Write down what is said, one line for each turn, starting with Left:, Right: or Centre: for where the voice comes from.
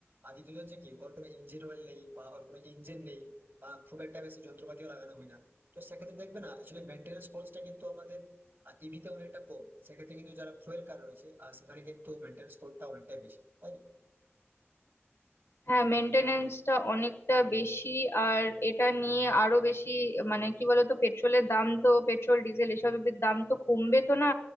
Right: আর দ্বিতীয়ত হচ্ছে কি ওর কোনো ইঞ্জিন অয়েল নেই বা ওর কোনো ইঞ্জিন নেই বা খুব একটা বেশি যন্ত্রপাতিও লাগানো হয় না তো সেক্ষেত্রে দেখবে না আসলে মেনটেন্স খরচটা কিন্তু আমাদের ইভিতে অনেকটা কম সেক্ষেত্রে কিন্তু যারা ফুয়েল কার রয়েছে আর সেখানে কিন্তু মেনটেন্স খরচটা অনেকটাই বেশি তাই না
Left: হ্যাঁ মেনটেনেন্সটা অনেকটা বেশি আর এটা নিয়ে আরো বেশি মানে কি বলতো পেট্রোলের দাম তো পেট্রোল ডিজেল এসবের দাম তো কমবে তো না